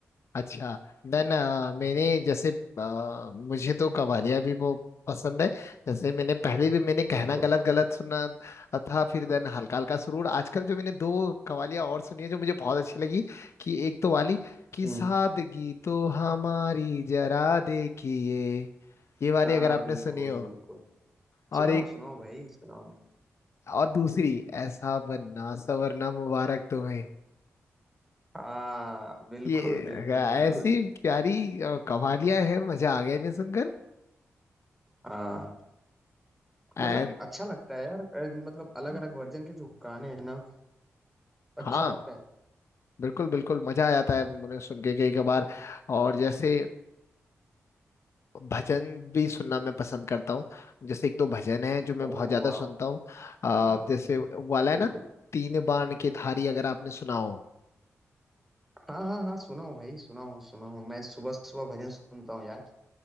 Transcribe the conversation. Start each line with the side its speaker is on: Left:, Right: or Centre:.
Left: अच्छा देन मैंने जैसे अ, मुझे तो कवालियाँ भी वो पसंद है जैसे मैंने पहले भी मैंने कहना
Centre: बिल्कुल
Left: गलत गलत सुना था फिर देन हल्का हल्का सुरूर आजकल जो मैंने दो कवालियाँ और सुनी है जो मुझे बहुत अच्छी लगी कि एक तो वाली कि
Centre: हम्म,
Left: सादगी तो हमारी जरा देखिए ये वाली
Centre: हाँ
Left: अगर आपने
Centre: बिल्कुल
Left: सुनी हो
Centre: बिल्कुल
Left: और
Centre: सुनाओ
Left: एक
Centre: सुनाओ भाई सुनाओ
Left: और दूसरी ऐसा बनना सवरना मुबारक तुम्हें
Centre: हाँ बिल्कुल
Left: ये
Centre: बिल्कुल बिल्कुल
Left: ऐसी प्यारी अ, कवालियाँ हैं मजा आ गया इन्हें सुनकर
Centre: हाँ
Left: एंड
Centre: मतलब अच्छा लगता है यार अ, मतलब अलग अलग वर्जन के जो गाने हैं ना अच्छा
Left: हाँ
Centre: लगता है
Left: बिल्कुल बिल्कुल मजा आ जाता है उन्हें सुन के कई कबार और जैसे भजन भी सुनना मैं पसंद करता हूँ जैसे एक दो भजन है जो मैं
Centre: ओ
Left: बहुत ज्यादा
Centre: वाओ
Left: सुनता हूँ आ,
Centre: हाँ
Left: जैसे वो वाला है
Centre: बिल्कुल
Left: ना तीन बाण की धारी अगर आपने सुना हो
Centre: हाँ हाँ हाँ सुनाओ भाई सुनाओ सुनाओ मैं सुबह सुबह भजन सुनता हूँ यार